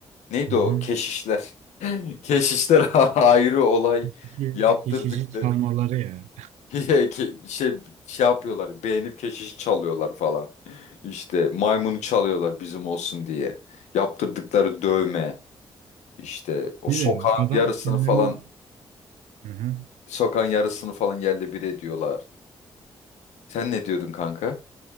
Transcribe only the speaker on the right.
Hı hı.
Geçici
geçici çalmaları ya.
Bir
de adam
kendinin
Hı hı.